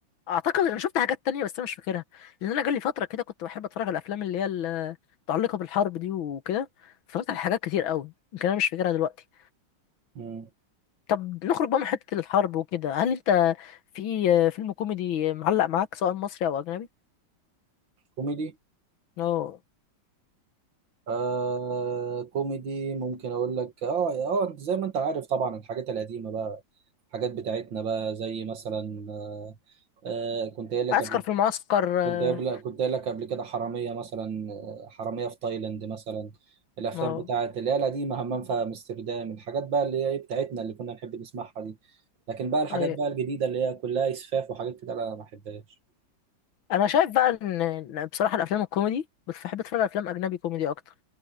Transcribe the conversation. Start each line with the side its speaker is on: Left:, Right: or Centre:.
Left: اعتقد انا شفت حاجات تانية بس انا مش فاكرها لان انا جالي فتره كده كنت بحب اتفرج على الافلام اللي هي ال- متعلقه بالحرب دي وكده اتفرجت على حاجات كتير قوي يمكن انا مش فاكرها دلوقتي
Right: مم.
Left: طب نخرج بقى من حته الحرب وكده هل انت في آه، فيلم كوميدي معلق معاك سواء مصري او اجنبي
Right: كوميدي
Left: اه
Right: آه كوميدي ممكن اقول لك اه اه زي ما انت عارف طبعا الحاجات القديمه بقى الحاجات بتاعتنا بقى زي مثلا آه، آه كنت قايل لك
Left: عسكر
Right: قبل
Left: في المعسكر اه
Right: كنت قايل كنت قايل لك قبل كده حرامية مثلا آه، حرامية في تايلاند مثلا الأفلام
Left: آه،
Right: بتاعت اللي هي القديمة همام في أمستردام الحاجات بقى اللي هي إيه بتاعتنا اللي كنا نحب نسمعها دي لكن بقى الحاجات
Left: أيوة.
Right: بقى الجديدة اللي هي كلها إسفاف وحاجات كده أنا ما بحبهاش
Left: انا شايف بقى ان إن بصراحه الافلام الكوميدي بس بحب اتفرج على افلام اجنبي كوميدي اكتر